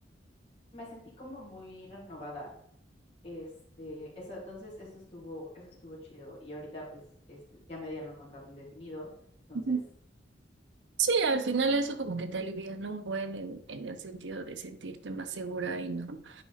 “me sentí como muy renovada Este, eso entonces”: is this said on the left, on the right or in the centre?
Left